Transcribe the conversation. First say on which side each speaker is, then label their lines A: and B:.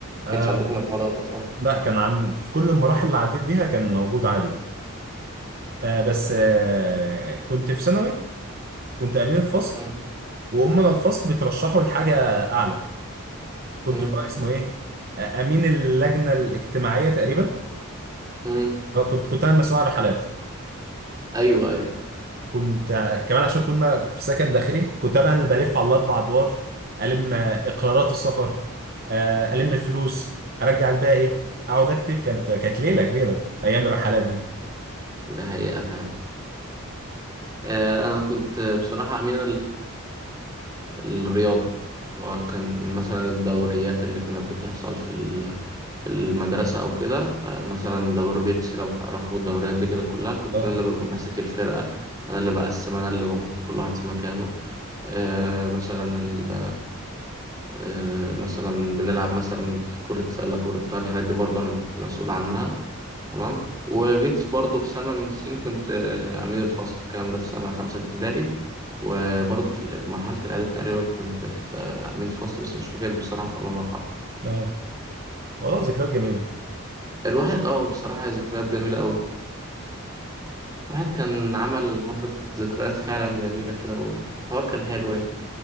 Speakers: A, on the right; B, on the right.
A: آه
B: كانش عندكم الحوار دوت اصلا
A: لا كان عن في كل المراحل اللي عديت بيها كان موجود عادي آه بس آه كنت في ثانوي كنت امين الفصل
B: مم.
A: وامنا الفصل بيترشحوا لحاجه اعلى كنت
B: مم.
A: اللي هو اسمه ايه آه امين اللجنه الاجتماعيه تقريبا
B: مم.
A: آه، كنت كنت انا مسؤول عن الرحلات
B: ايوه ايوه
A: وكنت آه، كمان عشان كنا في سكن داخلي كنت بقى انا اللي بلف على الاربع ادوار الم آه، اقرارات السفر آه، الم الفلوس ارجع الباقي اقعد اكتب كانت كانت ليله كبيره ايام الرحلات دي
B: ده حقيقه فعلا آه، انا كنت بصراحه امين الرياضة اللي هو كان مثلا الدوريات اللي كانت بتحصل في ال- في المدرسة أو كده آه، مثلا دوري بيبسي لو تعرفوا الدوريات دي كده كلها كنت
A: اه
B: أنا اللي ببقى ماسك الفرقة أنا اللي بقسم أنا اللي بحط كل واحد في مكانه آه، مثلا ال... آه، مثلا بنلعب مثلا كرة سلة كرة طايرة الحاجات دي برضه أنا اللي كنت مسؤول عنها تمام وجيت برضه في سنة من السنين كنت آه، أمين الفصل الكلام ده في سنة خمسة ابتدائي وبرضه في الإعداد- مرحلة الإعداد تقريبا كنت في آه، أمين فصل بس مش فاكر بصراحة في أنا مرحلة
A: اه والله ذكريات جميله
B: فالواحد اه بصراحة ذكريات جميلة أوي الواحد كان عمل حبة ذكريات فعلا جميلة كده والحوار كان حلو يعني